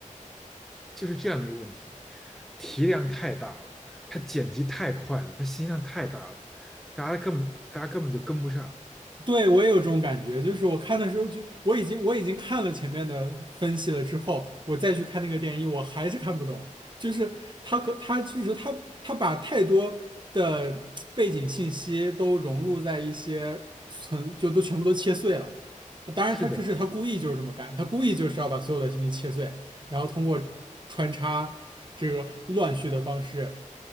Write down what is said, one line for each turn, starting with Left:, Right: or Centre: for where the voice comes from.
Centre: 就是这样的一个问题，题量太大了，它剪辑太快了，它信息量太大了，大家根本大家根本就跟不上。
Right: 对，我也有这种感觉，就是我看的时候就我已经我已经看了前面的分析了之后，我再去看那个电影，我还是看不懂。就是他可他就是他他把太多的背景信息都融入在一些存就都全部都切碎了。当然，
Centre: 是的，
Right: 他这是他故意就是这么干，他故意就是要把所有的信息切碎，然后通过穿插这个乱序的方式，